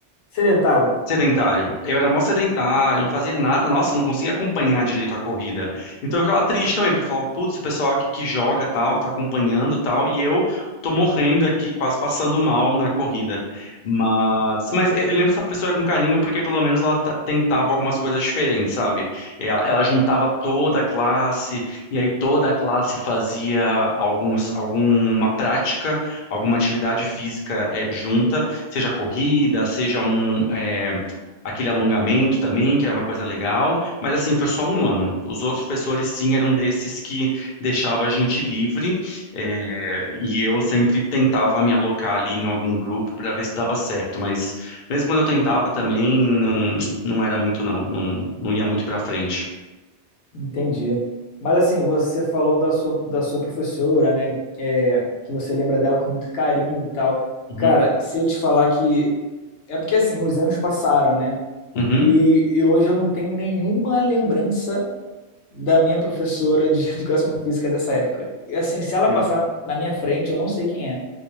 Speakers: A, on the left (about 80°); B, on the left (about 55°).
A: sedentário.
B: sedentário. Eu era mó sedentário, não fazia nada. Nossa, eu não conseguia acompanhar direito a corrida. Então eu ficava triste também, porque eu falava, putz, o pessoal aqui que joga tal, tá acompanhando tal, e eu tô morrendo aqui, quase passando mal na corrida. Mas, mas eu lembro dessa pessoa com carinho, porque pelo menos ela ta- tentava algumas coisas diferentes, sabe? Ela, ela juntava toda a classe, e aí toda a classe fazia alguns, alguma prática, alguma atividade física eh, junta, seja corrida, seja um. eh, aquele alongamento também, que era uma coisa legal, mas assim, foi só um ano. Os outros professores, sim, eram desses que deixava a gente livre, é, e eu sempre tentava me alocar ali em algum grupo para ver se dava certo, mas mesmo quando eu tentava também, não, não era muito não, não, não ia muito para frente.
A: Entendi. Mas assim, você falou da sua, da sua professora, né? É, que você lembra dela com muito carinho e tal.
B: Uhum,
A: Cara, se eu te falar que. É porque assim, os anos passaram, né?
B: uhum,
A: E, e hoje eu não tenho nenhuma lembrança da minha professora de <laughs> educação física dessa época. E assim, se ela
B: sim,
A: passar na minha frente, eu não sei quem é.